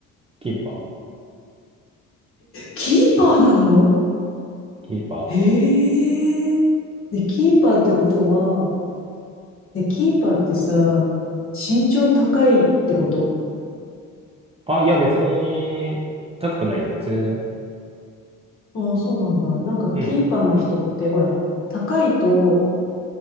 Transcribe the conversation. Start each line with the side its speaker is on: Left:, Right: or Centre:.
Right: キーパー。
Left: キーパーなの
Right: キーパ
Left: へえ。で、キーパーってことは、で、キーパーってさ、身長高いってこと
Right: ー。あ、いや、別に、高くないよ。普通だよ。
Left: ああ、そうなんだ。なんか、
Right: うん。
Left: キーパーの人って、ほら、高いと、